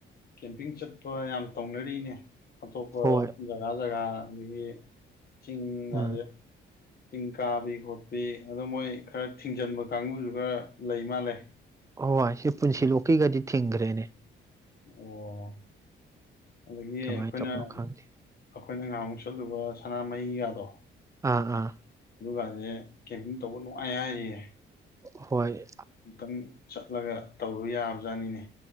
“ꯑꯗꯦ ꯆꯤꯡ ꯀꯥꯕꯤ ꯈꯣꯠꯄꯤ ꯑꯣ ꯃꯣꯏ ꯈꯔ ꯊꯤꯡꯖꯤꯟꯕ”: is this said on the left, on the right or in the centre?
Left